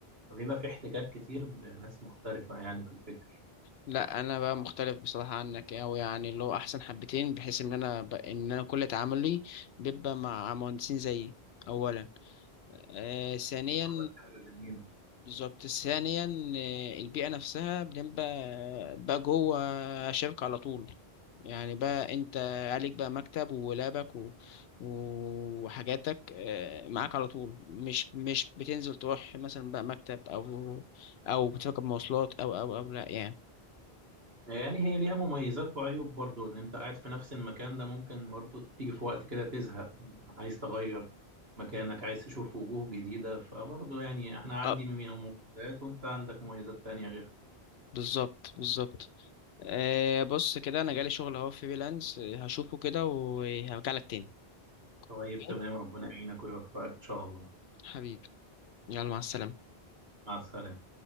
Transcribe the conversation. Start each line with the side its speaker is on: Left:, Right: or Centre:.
Right: فبيبقى في احتكاك كتير بناس مختلفة يعني في الفكر
Left: لا انا بقى مختلف بصراحه عنك اوي يعني اللي هو احسن حبتين بحيث ان انا ب... ان انا كل تعاملي بيبقى مع مهندسين زيي اولا آه ثانيا
Right: اه دي حاجة جميلة
Left: بالظبط ثانيا آه، البيئة نفسها بنبقى بقى جوه شركة على طول يعني بقى انت عليك بقى مكتب ولابك و... وحاجاتك آه، معاك على طول مش مش بتنزل تروح مثلا بقى مكتب او او بتركب مواصلات او او او لا يعني
Right: يعني هي ليها مميزات وعيوب برضو ان انت قاعد في نفس المكان ده ممكن برضو تيجي في وقت كده تزهق عايز تغير مكانك عايز تشوف وجوه جديدة فبرضو يعني احنا عندي
Left: اه
Right: من مميزات وانت عندك مميزات تانية غيرها
Left: بالظبط بالظبط آه، بص كده انا جالي شغل اهو فريلانس آه، هشوفه كده وهرجع لك تاني
Right: طيب
Left: أوكي؟
Right: تمام ربنا يعينك ويوفقك ان شاء الله
Left: حبيبي يلا مع السلامة
Right: مع السلامة